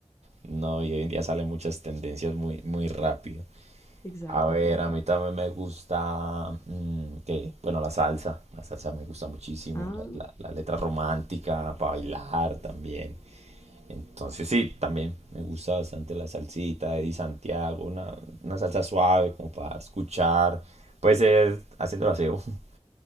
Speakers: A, on the right; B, on the left.
A: No, y hoy en día salen muchas tendencias muy, muy rápido.
B: que- Exacto.
A: A ver, a mí también me gusta, mm, ¿qué? Bueno, la salsa. La salsa me gusta muchísimo.
B: Ah,
A: La, la- la letra romántica para bailar también. Entonces sí, también me gusta bastante la salsita de Di Santiago, una, una salsa suave como para escuchar. Puede ser haciendo el aseo. <laughs>